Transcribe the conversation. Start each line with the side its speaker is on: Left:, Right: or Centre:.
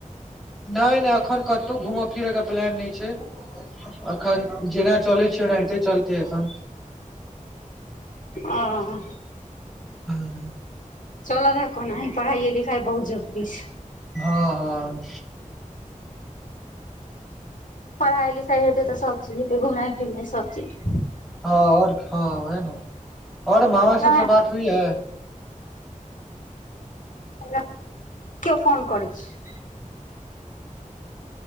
Centre: नहि नहि एखन कतो घूमय फिरयके प्लान नहि छै अखन जेना चै छि ओनाहिते चलते एखन
Left: आ
Centre: हू
Left: चल द ह कोनाह पढ़ाइए लिखाई बहुत जरुरी छै
Centre: हँ हँ
Left: पढ़ाई लिखाई हेतै त सब चीज हेतै घुमनाइ फिरनाइ सब चिज
Centre: हँ और हँ वह ने और मामा
Left: नहि
Centre: सबसँ बात होइया
Left: न केओ फोन करै अछि <unintelligible>